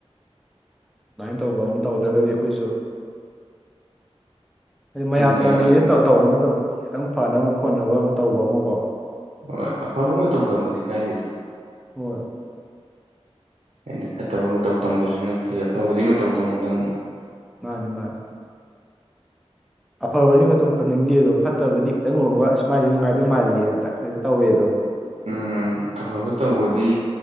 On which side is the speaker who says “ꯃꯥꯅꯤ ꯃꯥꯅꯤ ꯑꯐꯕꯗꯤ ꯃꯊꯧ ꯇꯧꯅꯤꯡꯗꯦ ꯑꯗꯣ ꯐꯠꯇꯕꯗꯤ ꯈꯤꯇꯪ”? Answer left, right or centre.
Centre